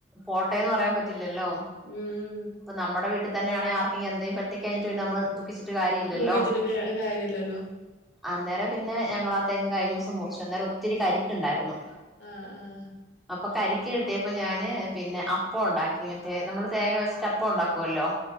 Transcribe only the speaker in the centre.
പോട്ടേന്ന് പറയാൻ പറ്റില്ലല്ലോ
ഇപ്പ നമ്മടെ വീട്ടിതന്നെ ആണേ ആർക്കെങ്കി എന്തേലും പറ്റിക്കഴിഞ്ഞിട്ട് പിന്നെ നമ്മള് ദു ഖിച്ചിട്ട് കാര്യം ഇല്ലല്ലോ
അന്നേരം പിന്നെ ഞങ്ങളാ തെങ്ങ് കഴിഞ്ഞൂസം മുറിച്ചു അന്നേരം ഒത്തിരി കരിക്കെണ്ടായിരുന്നു
അപ്പൊ കരിക്ക് കിട്ടിയപ്പോ ഞാന് പിന്നെ അപ്പം ഒണ്ടാക്കി മറ്റേ നമ്മള് തേങ്ങ വെച്ചിട്ട് അപ്പം ഒണ്ടാക്കുവല്ലോ